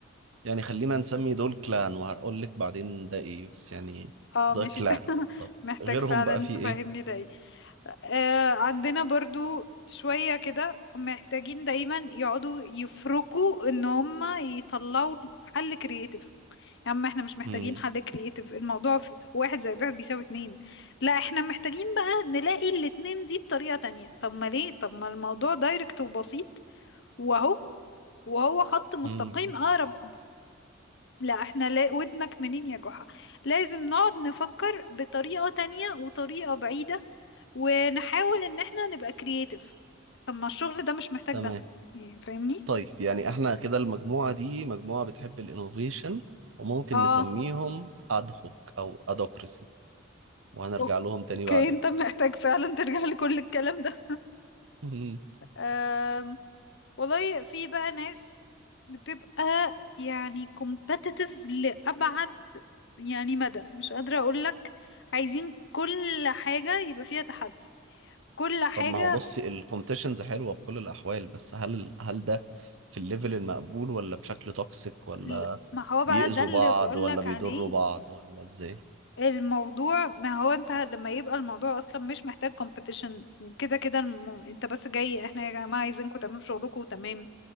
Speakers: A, on the right; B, on the left.
A: يعني خلينا نسمي دول كلان وهقول لك بعدين ده ايه بس يعني
B: اه
A: ده
B: ماشي
A: كلان
B: انت <laughs>
A: طب
B: محتاج
A: غيرهم
B: فعلا
A: بقى في
B: تفهمني
A: ايه
B: ده ايه آه عندنا برضو شوية كده محتاجين دايما يقعدوا يفركوا ان هم يطلعوا حل كرياتيف يا عم احنا مش محتاجين
A: مم.
B: حل كرياتيف الموضوع في واحد زائد واحد بيساوي اتنين لا احنا محتاجين بقى نلاقي الاتنين دي بطريقة تانية طب ما ليه طب ما الموضوع دايركت وبسيط وهو وهو خط مستقيم
A: مم.
B: اقرب لا احنا لا ودنك منين يا جحا لازم نقعد نفكر بطريقة تانية وطريقة بعيدة ونحاول ان احنا نبقى كرييتيف طب ما الشغل ده مش محتاج
A: تمام
B: ده يعني فاهمني
A: طيب يعني احنا كده المجموعة دي مجموعة بتحب الانوفيشن وممكن
B: اه
A: نسميهم ادهوك او ادوكراسي وهنرجع
B: اوكي
A: لهم تاني بعدين
B: انت محتاج فعلا ترجع <laughs> لكل الكلام ده
A: مم.
B: أم. والله في بقى ناس بتبقى يعني competitive لأبعد يعني مدى مش قادرة اقولك عايزين كل حاجة يبقى فيها تحدي كل حاجة
A: طب ما هو بصي الكومبتيشنز حلوة بكل الاحوال بس هل هل ده في الليفل المقبول ولا بشكل توكسيك ولا
B: لا، ما هو بقى
A: بيأذوا
B: ده اللي
A: بعض
B: بقولك
A: ولا بيضروا
B: عليه
A: بعض ولا ازاي
B: الموضوع ما هو انت لما يبقى الموضوع اصلا مش محتاج كومبيتيشن وكده كده الم... انت بس جاي احنا يا جماعة عايزينكم تعملوا شغلكم وتمام